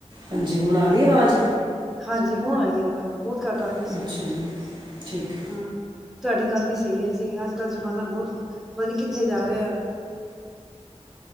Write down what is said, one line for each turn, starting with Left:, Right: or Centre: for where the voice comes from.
Right: ਹਾਂਜੀ, ਹੁਣ ਆ ਰੀਏ ਆਵਾਜ?
Centre: ਹਾਂਜੀ ਹੁਣ ਆਈ ਆਵਾਜ਼, ਬਓਤ ਘੱਟ ਆ ਰੀ
Right: ਅੱਛਾ
Centre: ਸੀ,
Right: ਜੀ ਠੀਕ
Centre: ਹੁੰ। ਤੁਵਾਡੀ ਗੱਲ ਵੀ ਸਈ ਏਜੀ ਅੱਜ-ਕੱਲ ਜ਼ਮਾਨਾ ਬਹੁਤ ਪਤਾ ਨੀਂ ਕਿੱਥੇ ਜਾ ਰੇਯਾ?